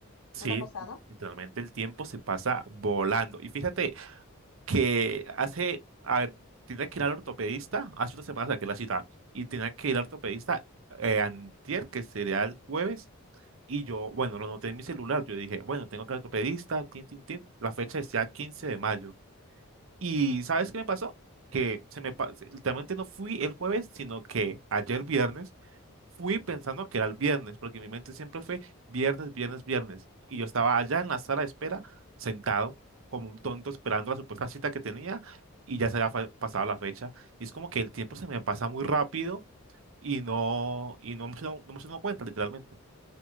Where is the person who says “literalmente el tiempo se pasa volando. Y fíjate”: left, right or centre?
Right